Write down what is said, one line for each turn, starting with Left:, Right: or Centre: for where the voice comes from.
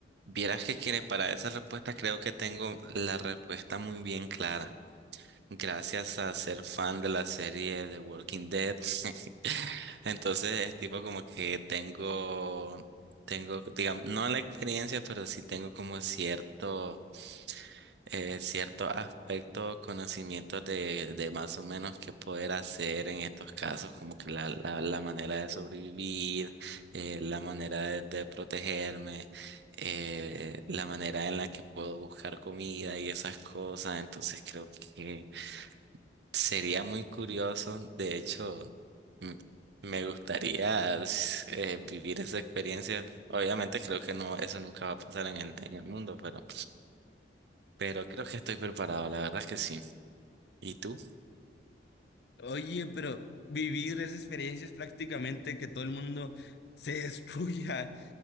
Right: Vieras que quiere para esa respuesta creo que tengo la respuesta muy bien clara. Gracias a ser fan de la serie de Walking Dead. <laughs> Entonces es tipo como que tengo, tengo, digamos, no la experiencia, pero sí tengo como cierto eh, ciertos aspectos, conocimientos de, de más o menos qué poder hacer en estos casos, como que la, la, la manera de sobrevivir, eh, la manera de, de protegerme, eh, la manera en la que puedo buscar comida y esas cosas. Entonces creo que sería muy curioso. De hecho, m- me gustaría s- eh, vivir esa experiencia. Obviamente creo que no, eso nunca va a pasar en el, en el mundo, pero, pero creo que estoy preparado, la verdad que sí. ¿Y tú?
Left: Oye, pero vivir esa experiencia es prácticamente que todo el mundo se <laughs> destruya.